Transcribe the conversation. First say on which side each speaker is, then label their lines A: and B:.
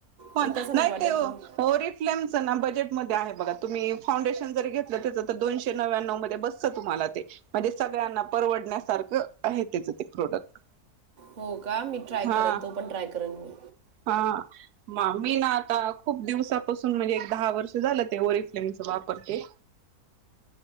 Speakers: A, on the right; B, on the right.
A: हो
B: हे तसं
A: नाही
B: वाटत
A: ते
B: मग
A: ओरिफ्लेम ना बजेटमध्ये आहे बघा तुम्ही फाउंडेशन जर घेतलं त्याचं तर दोनशे नव्या्णव मध्ये बसतं तुम्हाला ते म्हणजे सगळ्यांना परवडण्यासारखं आहे त्याच ते प्रोडक्ट
B: हो का मी ट्राय
A: हा
B: करन तो पण ट्राय करन मी
A: हा म मी ना आता खूप दिवसापासून म्हणजे एक दहा वर्ष झालं ते ओरीफ्लेमच वापरते